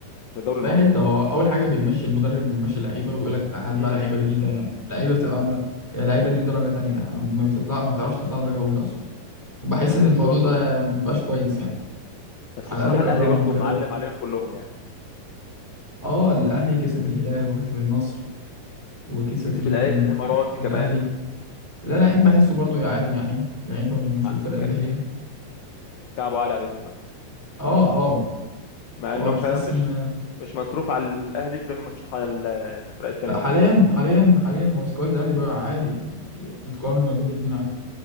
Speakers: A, on the left; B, in the centre.
A: في الدوري
B: في
A: المصري
B: أي حتة
A: عموما
B: هو أول حاجة بيمشي المدرب ويمشي اللعيبة ويقول لك هات بقى
A: امم
B: لعيبة جديدة يعني لعيبة بتبقى يعني اللعيبة دي درجة تانية ما بتطلع ما بتعرفش تطلع درجة أولى أصلا بحس
A: أنا
B: إن
A: نفسي
B: الموضوع
A: برضو
B: ده مبقاش كويس يعني
A: بس
B: على
A: بصراحة
B: الأقل كرمهم
A: الأهلي برضو
B: كده
A: معلم عليهم كلهم يعني
B: أه الأهلي كسب الهلال وكسب النصر وكسب
A: كسب
B: مين
A: العين
B: تاني
A: الإماراتي
B: وكسب الأهلي
A: كمان
B: لا العين بحسه برضو يا عادي يعني العين برضو مش
A: ع-
B: الفرقة
A: ك-
B: اللي هي
A: كعبوا عالي عليهم شوية
B: أه أه
A: مع
B: هو
A: إنهم
B: بتحس
A: فعلا مش
B: إن
A: مش مصروف على الأهلي زي ما مصروف على الفرق التانية
B: لا حاليا
A: دي
B: حاليا حاليا هو سكواد الأهلي بقى عادي يتقارن ما بين الاتنين عادي